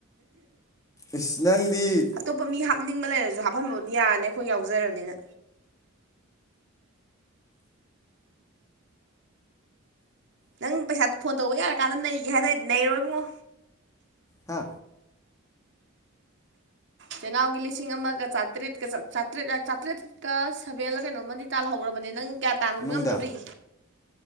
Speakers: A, on the left; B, on the right.
A: ꯏꯁ ꯅꯪꯗꯤ
B: ꯑꯇꯣꯞꯄ ꯃꯤ ꯍꯥꯞꯅꯤꯡꯕ ꯂꯩꯔꯁꯨ ꯖ ꯍꯥꯞꯐꯟꯕꯕꯨꯗꯤ ꯌꯥꯔꯅꯤ ꯑꯩꯈꯣꯏ ꯌꯥꯎꯖꯔꯕꯅꯤꯅ꯫ ꯅꯪ ꯄꯩꯁꯥ ꯐꯣꯟ ꯇꯧꯕ ꯌꯥꯔꯀꯥꯟꯗ ꯅꯩꯒꯦ ꯍꯥꯏꯅꯗꯤ ꯅꯩꯔꯣ ꯏꯕꯨꯡꯉꯣ꯫
A: ꯍꯥ
B: ꯆꯦꯅꯥꯎꯒꯤ ꯂꯤꯁꯤꯡ ꯑꯃꯒ ꯆꯥꯇ꯭ꯔꯦꯠꯀ ꯆꯥꯇ꯭ꯔꯦꯠ ꯆꯥꯇ꯭ꯔꯦꯠꯀ ꯁꯕꯦꯜꯂ ꯀꯩꯅꯣꯝꯃꯗꯤ ꯇꯥꯜꯍꯧꯈ꯭ꯔꯕꯅꯦ ꯅꯪ ꯀꯌꯥ ꯇꯥꯟ
A: ꯅꯨꯡꯗ
B: ꯉꯝꯗꯣꯔꯤ?